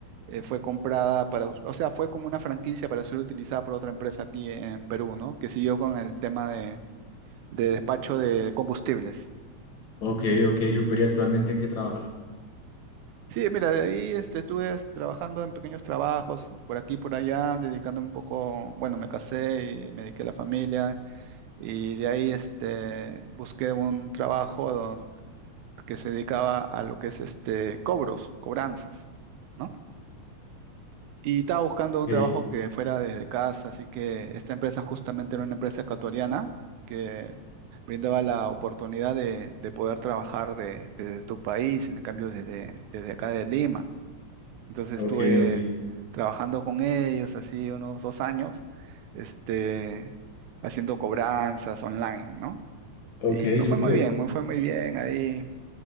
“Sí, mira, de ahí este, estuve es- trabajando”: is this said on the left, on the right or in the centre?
Right